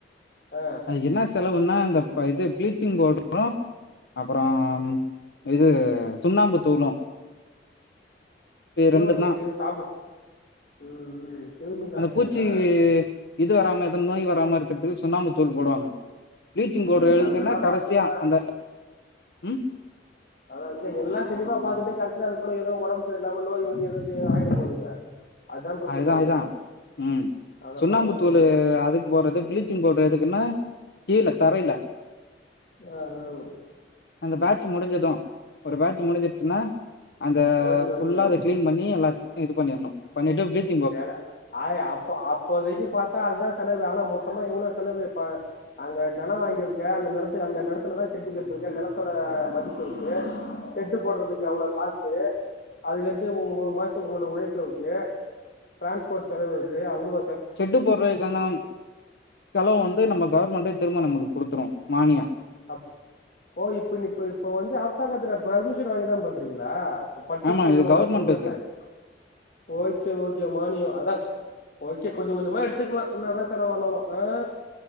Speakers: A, on the left (about 50°); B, on the left (about 70°).
A: அ
B: அது என்ன செலவுன்னா அந்த ப இது பிளீச்சிங் பவுடரூ அப்புறம் இது சுண்ணாம்பு தூளூ
A: சுண்ணாம்புத்தூள்
B: ரெண்டு தான்
A: எது சாப்பிட ம் ம் கிருமி நாசினியா
B: அந்த பூச்சி இது வராம எதனா நோய் வராம இருக்கிறதுக்கு சுண்ணாாமு தூள் போடுவாங்க பிளீச்சிங் பவுட்ர்
A: ஏய்,
B: எழுதுக்குனா
A: அது நல்லா
B: கடசியா
A: பாத்துக்கடா
B: அந்த ம்
A: அதான் இல்ல எல்லாம் தெளிவா பாத்துட்டு கடைசியா அதா இல்ல எல்லா தெளிவா பார்த்துட்டு கடசில அதுபோல ஏதோ ஒடம்பு சரியில்லாம நோய் வந்து எதோ செய்ய ஆயிட போகுதுங்க <inaudible> பிரச்சனை
B: அதுதா
A: அங்க
B: அதுதா ம்
A: அத
B: சுண்ணாம்புத்தூள்
A: பாக்கணும் முதல்ல
B: அதுக்குப் போட்றது ப்பிளீச் ப்ளீச்சிங் பஸ்டர் எதுக்குன்னா கீல தரையிலெ
A: <unintelligible>
B: அந்த பேட்ச் முடிஞ்சதூ ஒரு பேட்ச் முடிஞ்சிருச்சுன்னா அந்த
A: ஓகே
B: ஃபுல்லா
A: ஓகே
B: அத கிளீன் பண்ணி எல்லாத்தையூ இது பண்ணிட்ணோ பண்ணிட்டு ப்ளீச்
A: சேல ஆய் அப்ப அப்போதைக்கு பார்த்தா அதுதா செலவு ஆனா மொத்தமா எவ்ளோ செலவு இப்ப அங்க நிலம் வாங்கியிருக்க அந்த நிலத்து அந்த நிலத்துல தான் செட்டு கட்டுருக்கே நிலத்தோட மதிப்பு இருக்கு செட் ட்டு போட்றதுக்கு அவ்ளோ காசு அதுக்கடுத்து உங்க ஒரு ஒரு மாசத்துக்கு உங்களோட உழைப்பு இருக்கு டிரான்ஸ்போர்ட் செலவு இருக்கு அவ்ளோ
B: ஷெட்டு போடுறதுக்கான செலவு வந்து நம்ம கவர்மெண்ட திரும்ப நம்மளுக்கு கொடுத்துரும் மானியம்
A: அப்போ ஓ இப்போ நீ இப்போ இப்போ வந்து அரசாங்கத்தில் பெர்மிஷன் வாங்கி தான் பண்ணுறீங்களா இப்ப பட்டுப்புழு
B: ஆமா இது
A: வளர்ப்பு
B: கவர்மெண்ட்
A: விவசாயம்
B: இது
A: ஓக்கே ஓக்கே மானியம் அதா ஓகே கொஞ்சே கொஞ்சமா எடுத்துக்கலா என்னாதா கடே வாங்னாலூ அ